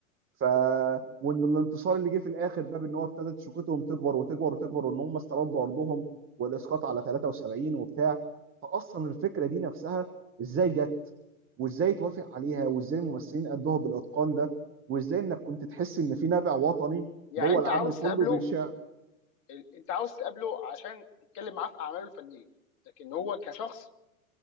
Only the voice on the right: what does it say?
ف وان الانتصار اللي جه في الاخر بقى بان هو ابتدت شوكتهم تكبر وتكبر وتكبر وان هم استردوا ارضهم والاسقاط على 73 وبتاع فاصلا الفكره دي نفسها ازاي جت وازاي توافق عليها وازاي الممثلين ادوها بالاتقان ده وازاي انك كنت تحس ان في نبع وطني
جوه
العمل
كله
بيش